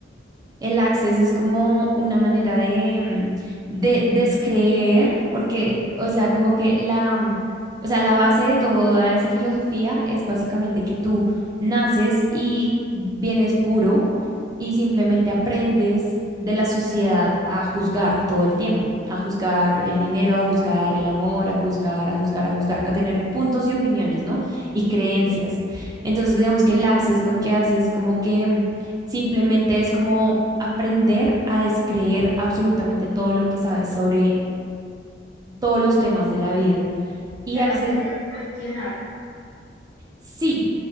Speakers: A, on the right; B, on the left.
A: el access es como una manera de, mm, de descreer, porque, o sea, como que la, mm, o sea, la base de toda esa filosofía es básicamente que tú naces y vienes puro y simplemente aprendes de la sociedad a juzgar todo el tiempo, a juzgar el dinero, a juzgar el amor, a juzgar, a juzgar, a juzgar, a tener puntos y opiniones, ¿no? Y creencias.
B: Sí,
A: Entonces, digamos que el access lo que hace es como que mm, Simplemente es como aprender a descreer absolutamente todo lo que sabes sobre todos los temas de la vida. Y
B: claro,
A: acce-
B: aprender a cuestionar.
A: sí,